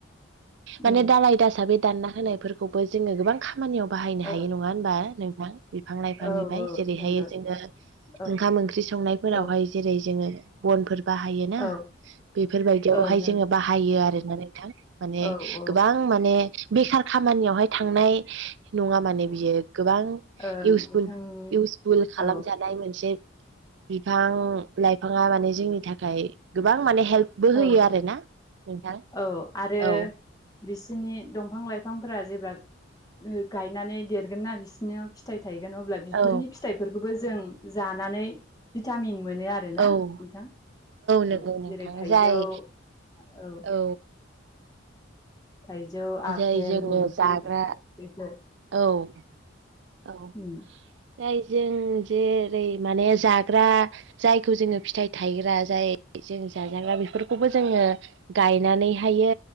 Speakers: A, on the right; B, on the left.
A: माने
B: उम
A: दालाय दासा बे दानना होनायफोरखौबो जोङो गोबां खामानियाव बाहायनो
B: औ
A: हायो नङा होनबा नोंथां बिफां लाइफांनिफ्राय
B: औ औ
A: जेरैहाय
B: नंगौ
A: जोङो
B: औ
A: ओंखाम ओंख्रि संनायफोरावहाय
B: औ
A: जेरै जोङो बनफोर बाहाय ना
B: ओं
A: बेफोरबायदियावहाय
B: ओं
A: जोङो बाहायो आरोना नोंथां माने
B: औ औ
A: गोबां गोबां माने बेखार खामानियावहाय थांनाय नङा माने बियो गोबां
B: ओं
A: इउसफुल
B: बिथांनि
A: इउसफुल खालामजानाय
B: औ
A: मोनसे बिफां लाइफाङा माने जोंनि थाखाय गोबां माने हेल्पबो
B: औ
A: होयो आरोना नोंथां
B: औ आरो
A: औ
B: बिसोनि दंफां लाइफांफोरा जेब्ला गायनानै देरगोन ना बिसोरनियाव फिथाइ थायगोन अब्ला बिफोरनि
A: औ
B: फिथाइफोरखौबो जों जानानै भिटामिन मोनो आरो आरोना
A: औ
B: नोंथां
A: नंगौ
B: औ
A: नोंथां
B: जेरै थाइजौ
A: जाय
B: औ
A: औ
B: थाइजौ आपेल
A: जाय जोङो
B: मुदुफु
A: जाग्रा
B: बेफोर
A: औ औ
B: उम
A: जाय जों जेरै माने जाग्रा जायखौ जोङो फिथाइ थायग्रा जाय जों जाजाग्रा बेफोरखौबो जोङो गायनानैहायो